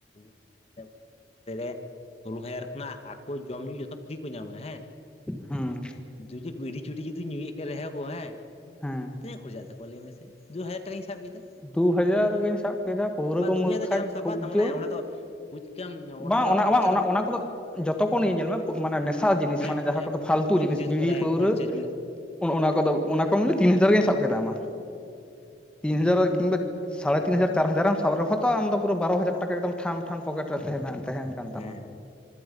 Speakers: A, on the left; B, in the centre.
A: <unintelligible> <inaudible> ᱥᱳᱞᱞᱳ ᱦᱟᱡᱟᱨ ᱠᱷᱚᱱᱟᱜ ᱟᱠᱚ ᱡᱚᱢ ᱧᱩ ᱡᱚᱛᱚ ᱯᱷᱨᱤ ᱠᱚ ᱧᱟᱢᱟ ᱦᱮᱸ
B: ᱦᱮᱸ
A: ᱫᱩᱡᱮ ᱵᱷᱤᱲᱷᱤ ᱪᱩᱴᱤ ᱡᱩᱫᱤ ᱧᱩᱭᱮᱫ ᱠᱟᱱ ᱨᱮᱦᱚᱸ ᱜ ᱦᱮᱸ
B: ᱦᱮᱸ
A: ᱛᱤᱱᱟᱹᱜ ᱠᱷᱚᱨᱪᱟᱜ ᱛᱟᱠᱚᱣᱟ ᱞᱟᱹᱭ ᱢᱮ ᱥᱮ ᱫᱩ ᱦᱟᱡᱟᱨ ᱴᱟᱠᱟᱧ ᱥᱟᱵ ᱠᱮᱫᱟ᱾
B: ᱫᱩ ᱦᱟᱡᱟᱨ ᱜᱤᱧ ᱥᱟᱵ ᱠᱮᱫᱟ ᱯᱟᱹᱣᱨᱟᱹ
A: ᱵᱟ
B: ᱠᱚ
A: ᱫᱩ
B: ᱢᱟᱹᱨ
A: ᱦᱟᱡᱟᱨ ᱫᱚ
B: ᱠᱷᱟᱡ?
A: ᱪᱮᱫᱟᱜ ᱮᱢ ᱥᱟᱵᱟ
B: ᱠᱷᱩᱵ
A: ᱛᱟᱨᱢᱟᱱᱮ
B: ᱡᱳᱨ
A: ᱚᱸᱰᱮ ᱫᱚ ᱵᱩᱡᱽ ᱠᱮᱟᱢ ᱚᱸᱰᱮ
B: ᱵᱟᱝ
A: ᱫᱚ
B: ᱚᱱᱟ
A: ᱠᱷᱚᱨᱪᱟ
B: ᱵᱟᱝ
A: ᱫᱚ ᱵᱟᱹᱱᱩᱜ
B: ᱚᱱᱟ ᱠᱚᱫᱚ ᱡᱚᱛᱚ ᱠᱚ ᱧᱮ ᱧᱮᱞ ᱢᱮ, ᱢᱟᱱᱮ ᱱᱮᱥᱟ ᱡᱤᱱᱤᱥ
A: ᱦᱮᱸ
B: ᱢᱟᱱᱮ ᱡᱟᱦᱟᱸ
A: ᱦᱮᱸ
B: ᱠᱚᱫᱚ ᱯᱷᱟᱞᱛᱩ
A: ᱯᱷᱳᱱ
B: ᱡᱤᱱᱤᱥ
A: ᱨᱤᱪᱟᱨᱡᱽ
B: ᱵᱤᱲᱤ
A: ᱠᱚ ᱢᱮᱱᱟᱜᱼᱟ
B: ᱯᱟᱹᱣᱨᱟᱹ
A: ᱯᱷᱳᱱ ᱨᱤᱪᱟᱨᱡᱽ ᱢᱮᱱᱟᱜᱼᱟ
B: ᱚᱱᱟ ᱠᱚᱫᱚ ᱚᱱᱟ ᱠᱚ ᱢᱮᱱᱮ ᱛᱤᱱ ᱦᱟᱡᱟᱨ ᱜᱤᱧ ᱥᱟᱵ ᱠᱮᱫᱟ ᱢᱟ ᱛᱤᱱ ᱦᱟᱡᱟᱨ᱾ ᱠᱤᱝᱵᱟ ᱥᱟᱲᱮ ᱛᱤᱱ ᱦᱟᱡᱟᱨ ᱪᱟᱨ ᱦᱟᱡᱟᱨᱮᱢ ᱥᱟᱵ ᱨᱮᱦᱚᱸ ᱛᱚ ᱟᱢ ᱫᱚ ᱯᱩᱨᱟᱹ ᱵᱟᱨᱚ ᱦᱟᱡᱟᱨ ᱴᱟᱠᱟᱠᱫᱚᱢ ᱴᱷᱟᱱᱼᱼ ᱴᱷᱟᱱ ᱯᱚᱠᱮᱴ ᱨᱮ ᱛᱟᱦᱮᱱ ᱠᱟᱱ ᱛᱟᱢᱟ᱾
A: ᱦᱮᱸ